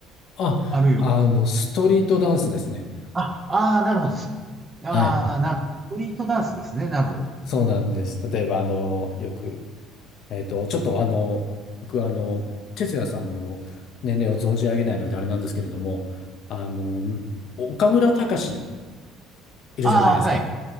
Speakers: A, on the left; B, on the right.
A: あ、
B: あるいは、
A: あの、ストリートダンスですね。
B: あ、ああ、なるほど。ああ、
A: はい。
B: なるほど。ストリートダンスですね。なるほど。
A: そうなんです。例えば、あの、よく、えっと、ちょっとあの、僕、あの、哲也さんの年齢を存じ上げないのであれなんですけれども、あの、岡村隆史いるじゃないですか。
B: ああ、はい、